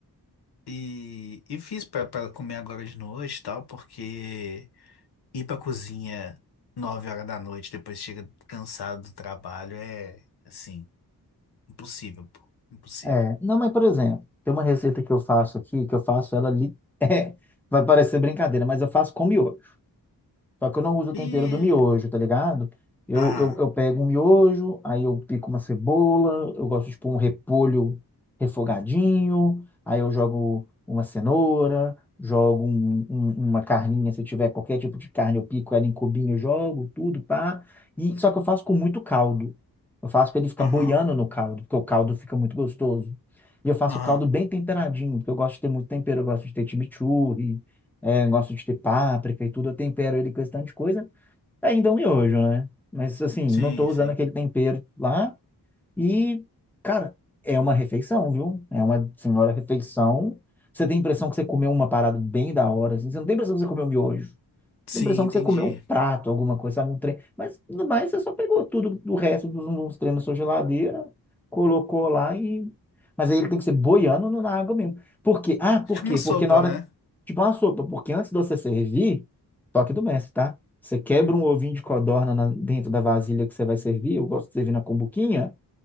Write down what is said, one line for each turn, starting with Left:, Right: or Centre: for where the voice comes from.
Left: E, e fiz pra pra comer agora de noite e tal, porque Ir pra cozinha nove horas da noite, depois chega cansado do trabalho, é assim, impossível, pô. Impossível.
Centre: É. Não, mas por exemplo, tem uma receita que eu faço aqui, que eu faço ela ali. <laughs> É, vai parecer brincadeira, mas eu faço com miojo. Só que eu não uso o tempero
Left: E.
Centre: do miojo, tá ligado? Eu,
Left: Aham,
Centre: eu, eu pego um miojo, aí eu pico uma cebola, eu gosto de pôr um repolho refogadinho, aí eu jogo uma cenoura, jogo um- um- uma carninha, se tiver qualquer tipo de carne, eu pico ela em cubinho, jogo tudo, pá. E, só que eu faço com muito caldo. Eu faço para ele ficar
Left: aham,
Centre: boiando no caldo, porque o caldo fica muito gostoso. E eu faço
Left: aham.
Centre: o caldo bem temperadinho, porque eu gosto de ter muito tempero, eu gosto de ter chimichurri, é, gosto de ter páprica e tudo, eu tempero ele com esse tanto de coisa, ainda é um miojo, né? Mas assim,
Left: Sim,
Centre: não tô usando
Left: sim.
Centre: aquele tempero lá e, cara, é uma refeição, viu? É uma senhora refeição. Você tem a impressão que você comeu uma parada bem da hora, assim, você não tem a impressão que você comeu miojo.
Left: Sim,
Centre: Dá a impressão
Left: entendi.
Centre: que você comeu um prato, alguma coisa, sabe, um trem. Mas no mais, você só pegou tudo do resto dos, dos treinos na sua geladeira, colocou lá e. Mas aí ele tem que ser boiando no- na água mesmo. Por quê? Ah, por
Left: Tipo
Centre: quê?
Left: uma sopa,
Centre: Porque na hora.
Left: né?
Centre: Tipo uma sopa, porque antes de você servir, toque do mestre, tá? Você quebra um ovinho de codorna na- dentro da vasilha que você vai servir, eu gosto de servir na cumbuquinha,